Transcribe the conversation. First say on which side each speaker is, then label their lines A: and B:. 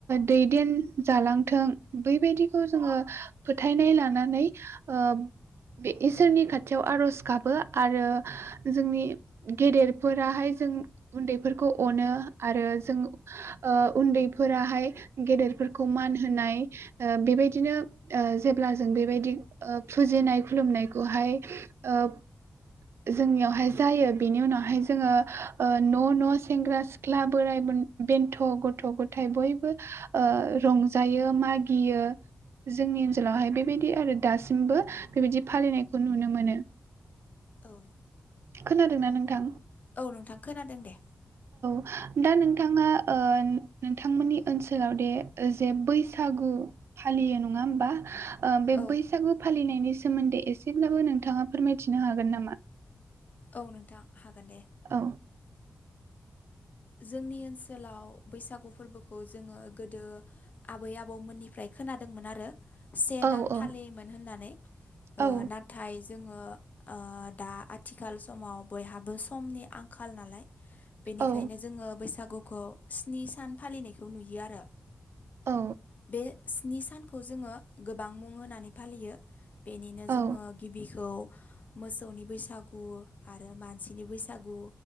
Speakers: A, on the right; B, on the left.
A: दैदेन जालांथों बैबायदिखौ जोङो। फोथायनाय लानानै ओ बे इसोरनि खाथियाव आरज गाबो आरो। हो जोंनि गेदेरफोराहाय जों उन्दैफोरखौ अनो आरो जों। हो ओ उन्दैफोराहाय गेदेरफोरखौ मान होनाय बेबायदिनो। ओ जेब्ला जों बेबायदि ओ फुजिनाय खुलुमनायखौहाय ओब। जोंनियावहाय जायो बेनि उनावहाय जोङो ओ न न सेंग्रा सिख्ला बोराय ब बेन्थ गथ गथाय बयबो ओ रंजायो मागियो। जोंनि ओनसोलावहाय बेबायदि आरो दासिमबो बेबायदि फालिनायखौ नुनो मोनो।
B: औ
A: खोनादोंना नोंथां
B: औ नोंथां खोनादों दे
A: हो दा नोंथाङा ओ नोंथांमोननि ओनसोलाव दे जे बैसागु। फालियो नङा होमबा। ओ बे
B: औ
A: बैसागु फालिनायनि सोमोन्दै एसेब्लाबो नोंथाङा फोरमायथिनो हागोन नामा?
B: औ नोंथां हागोन
A: औ
B: जोंनि ओनसोलाव बैसागु फोरबोखौ जोङो गोदो आबै आबौमोननिफ्राय। खोनादोंमोन आरो से
A: औ
B: दान
A: औ
B: फालियोमोन होननानै ओ
A: औ
B: नाथाय। जोङो ओ-दा आथिखाल समाव बयहाबो समनि आंखाल नालाय।
A: औ
B: ओंखायनो जोङो बैसागुखौ स्नि सान फालिनायखौ नुयो आरो।
A: औ
B: बे स्नि सानखौ जोङो गोबां मुं होनानै फालियो। बेनिनो जोङो
A: औ
B: गिबिखौ। मोसौनि बैसागु आरो मानसिनि बैसागु